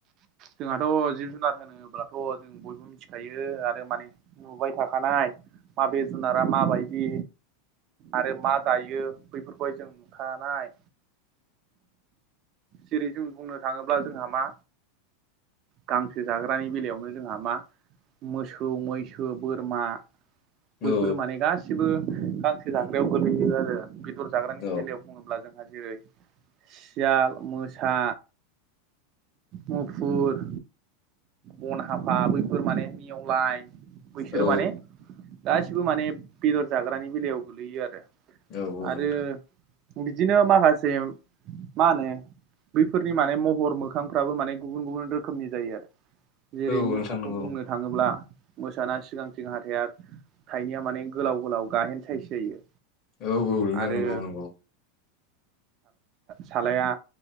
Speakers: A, on the right; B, on the left.
A: जोंहाथ' जिब जुनार होनोब्लाथ' जों बय बे मिथिखायो आरो माने नुबाय थाखानाय माबे जुनारा माबायदि आरो मा जायो बैफोरखौहाय जों नुखानाय जेरै जों बुंनो थाङोब्ला जोंहा मा गांसो जाग्रानि बेलायावनो जोंहा मा मोसौ मैसो बोरमा बैफोरो
B: औ
A: माने गासिबो गांसो जाग्रायाव गोलैयो आरो बेदर जाग्रानि
B: औ
A: बेलायाव बुङोब्ला जोंहा जेरै सियाल मोसा मुफुर बन हाफा बैफोर माने नेवलाय बैसोरो
B: औ
A: माने गासिबो माने बेदर जाग्रानि बेलायाव गोलैयो आरो
B: औ औ
A: आरो
B: नोंथां
A: बिदिनो माखासे मा होनो बैफोरनि माने महर मोखांफ्राबो माने गुबुन गुबुन रोखोमनि जायो आरो जेरै
B: औ
A: मोसाखौ
B: नोंथां नंगौ
A: बुंनो थाङोब्ला मोसाना सिगांथिं हाथाइया थाइनैया माने गोलाव गोलाव गाहेन साइस जायो
B: औ औ नोंथां
A: आरो
B: नंगौ नंगौ
A: सालाया